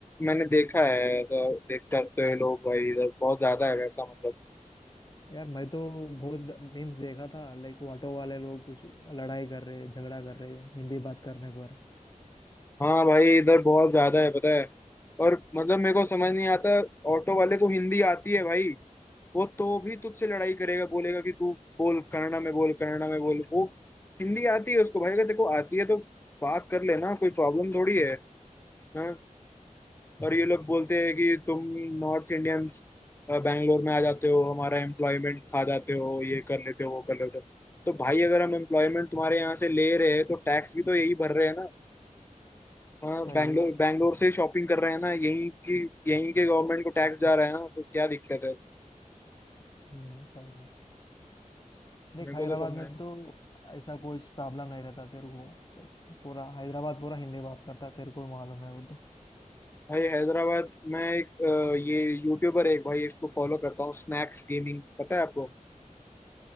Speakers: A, on the left; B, on the left.
A: मैंने देखा है ऐसा देख करते हुए लोग भाई इधर बहुत ज्यादा है वैसा मतलब
B: यार मैं तो बहुत मीम्स देखा था लाइक ऑटो वाले लोग कुछ लड़ाई कर रहे झगड़ा कर रहे हिंदी बात करने पर
A: हाँ भाई इधर बहुत ज्यादा है पता है और मतलब मेरे को समझ नहीं आता ऑटो वाले को हिंदी आती है भाई वो तो भी तुझसे लड़ाई करेगा बोलेगा कि तू बोल कन्नड़ा में बोल कन्नड़ा में बोल वो हिंदी आती है उसको भाई अगर देखो आती है तो बात कर लेना कोई प्रॉब्लम थोड़ी है हाँ और ये लोग बोलते हैं कि तुम नॉर्थ इंडियंस बैंगलोर में आ जाते हो हमारा एम्प्लॉयमेंट खा जाते हो ये कर लेते हो वो कर लेते हो तो भाई अगर हम एम्प्लॉयमेंट तुम्हारे यहाँ से ले रहे हैं तो टैक्स भी तो यही भर रहे हैं ना हाँ
B: सही
A: बैंगलोर
B: है
A: बैंगलोर से शॉपिंग कर रहे हैं ना यहीं की यहीं के गवर्नमेंट को टैक्स जा रहा है ना तो क्या दिक्कत है
B: हम्म सही है देख
A: मेरे
B: हैदराबाद
A: को तो समझ
B: में तो ऐसा कोई प्रॉब्लम नहीं रहता तेरे को लाइक पूरा हैदराबाद पूरा हिंदी बात करता तेरे को भी मालूम है वो तो
A: भाई हैदराबाद में एक अ, ये यूट्यूबर है एक भाई इसको फॉलो करता हूँ स्नैक्स गेमिंग पता है आपको